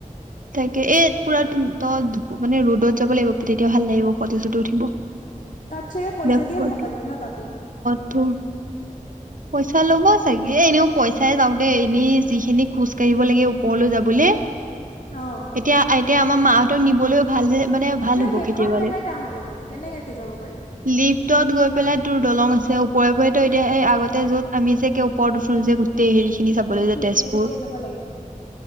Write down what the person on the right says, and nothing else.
এ পুৰা তই মানে ৰ'দত যাব লাগিব তেতিয়া ভাল লাগিব ফটো-চটো উঠিব।
দে
ফটো
<inaudible> পইচা ল'ব চাগে এনেও পইচাই যাওক দেই এনে যিখিন খোজকাঢ়িব লাগে। পলো যা বলে
এতিয়া এতিয়া আমাৰ মাহ নিবলৈও ভাল মানে ভাল হ'ব
কেতিয়াবালে
লিফ্টত গৈ পেলাই তোৰ দলং আছে ওপৰেওপৰেটো এতিয়া সেই আগতে য'ত আমি যেকে ওপৰত উঠো যে গোট হেৰি খিনি চাবলৈ
যায় তেজপুৰ